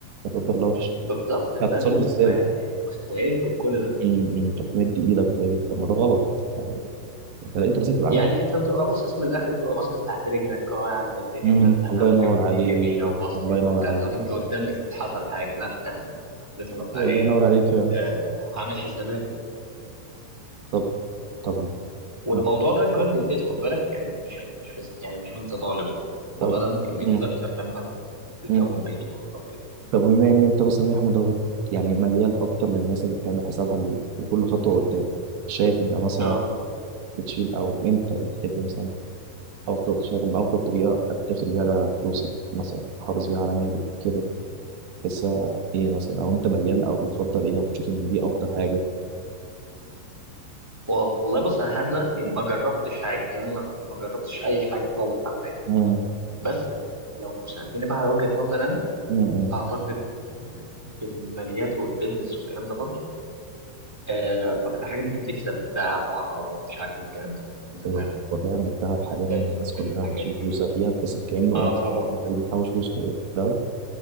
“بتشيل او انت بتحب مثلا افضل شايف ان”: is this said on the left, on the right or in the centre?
Right